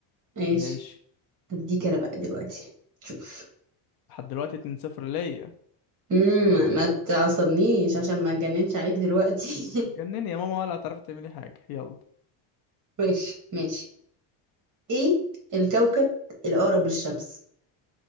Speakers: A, on the right; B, on the left.
A: ماشي
B: ماشي
A: هديك انا بقى دلوقتي شوف
B: لحد دلوقتي 2-0 ليا
A: امم ما تعصبنيش عشان ما اتجننش عليك دلوقتي
B: اتجنني يا ماما ولا هتعرفي تعملي حاجة يلا
A: <laughs> ماشي ماشي ايه الكوكب الاقرب للشمس